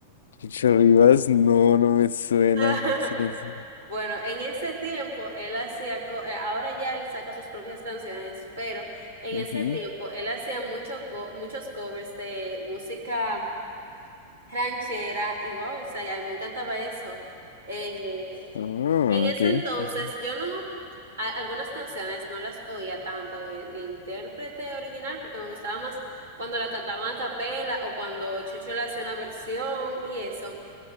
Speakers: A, on the left; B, on the right.
A: Pucho Rivas, no, no me suena.
B: <laughs>
A: Sí, canción.
B: Bueno, en ese tiempo él hacía, co- eh, ahora ya él saca sus propias canciones, pero en
A: Ujú.
B: ese tiempo él hacía mucho co- muchos covers de música ranchera y wow, o sea, ya a mí me encantaba eso. Eh,
A: Ah,
B: En ese
A: ok.
B: entonces,
A: Ujú.
B: yo no, a- algunas canciones no las oía tanto del intérprete original porque me gustaba más cuando la cantaban a capela o cuando Chucho le hacía una versión y eso.